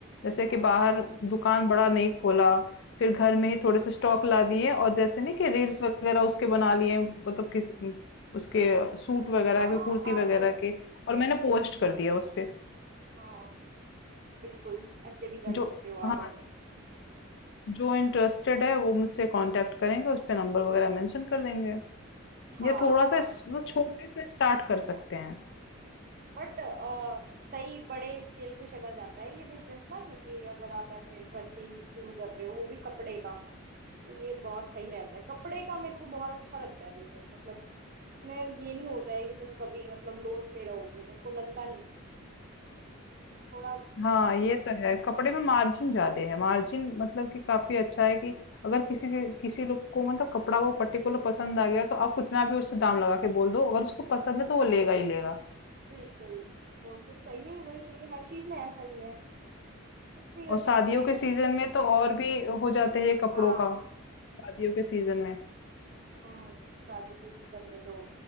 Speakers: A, on the left (about 60°); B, on the right (about 45°).
A: जैसे कि
B: हाँ
A: बाहर दुकान बड़ा नहीं खोला फिर घर में ही थोड़े से स्टॉक ला दिए और जैसे नहीं कि रील्स वगैरह उसके बना लिए मतलब किस उसके सूट वगैरह
B: हाँ
A: के कुर्ती वगैरह
B: आप
A: के और मैंने पोस्ट कर दिया उस पे
B: हाँ बिल्कुल ऐसे भी कर
A: जो
B: सकते हो आप
A: हाँ
B: अर्निंग
A: जो इंटरेस्टेड है वो मुझसे कांटेक्ट करेंगे उस पे नंबर वगैरह मेंशन कर देंगे
B: हाँ
A: ये थोड़ा सा इस- मतलब छोटे से स्टार्ट कर सकते हैं
B: बट सही बड़े स्केल पे चला जाता है ये बिजनेस ना ये अगर आप ऐसे घर से ही शुरू कर रहे हो वो भी कपड़े का तो ये बहुत सही रहता है कपड़े का मेरे को बहुत अच्छा लगता है बिजनेस मतलब इसमें ये नहीं होता है कि तुम कभी मतलब लॉस में रहोगे मेरे को लगता नहीं है थोड़ा benefit-
A: हाँ ये तो है कपड़े में मार्जिन ज्यादा है मार्जिन मतलब कि काफी अच्छा है कि अगर किसी से किसी लोग को मतलब कपड़ा वो पर्टिकुलर पसंद आ गया तो आप कितना भी उससे दाम लगा के बोल दो अगर उसको पसंद है तो वो लेगा ही लेगा
B: बिल्कुल प्रॉफिट चाहिए वही चाहिए हर चीज में ऐसा ही है कुछ भी
A: और
B: कर
A: शादियों
B: सकते हैं
A: के
B: ये।
A: सीजन में तो और भी हो जाते हैं ये कपड़ों
B: हाँ
A: का शादियों के सीजन में
B: हाँ शादी की करने दो